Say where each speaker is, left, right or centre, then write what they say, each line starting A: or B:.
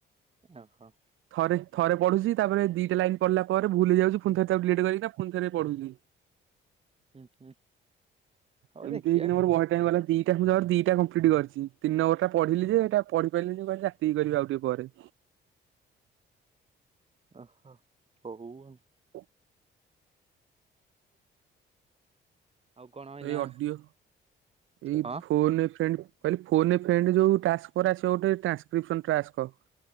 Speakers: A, on the right; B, on the right.
A: ଓହୋ।
B: ଥ ଥରେ ପଢୁଚି ତାପରେ ଦିଟା ଲାଇନ୍ ପଢ଼ିଲା ପରେ ଭୁଲ ହେଇ ଯାଉଛି ପୁଣି ତାକୁ ଡିଲିଟ କରିକି ନା ପୁଣି ଥରେ ପଢୁଛି।
A: ହୁଁ ହୁଁ। ହଉ
B: ଏମିତିି
A: ଦେଖିବା
B: ହେକିନା ମୋର ବହେ ଟାଇମ୍ ଗଲା ଦି କେ ମୁଁ ଜମାରୁ ଦିଇଟା କମ୍ପ୍ଲିଟ କରିଚି ତି ଟିନି ମ୍ବରଟା ପଢ଼ିଲି ଯେ ଏଟା ପଢ଼ି ପାରିନି ମୁଁ କହିଲି ରାତିି କରିବି ଆଉ ଟିକିଏ ପରେ।
A: ଅହ ହଉ ଆଉ।
B: ହ
A: ଆଉ କଣ
B: ତ
A: ଏଇନା
B: ଏଇ ଅଡିଓ ଏଇ
A: ହଁ
B: ଫୋନ ଏ ଫ୍ରେଣ୍ଡ। କହିଲେ ଫୋନ ଏ ଫ୍ରେଣ୍ଡ୍ ଯୋଉ ତାସ୍ ପରେ ଆସିବ ଗୋଟେ ଟ୍ରାକିଫିସ୍ନ ତାକ୍ସ।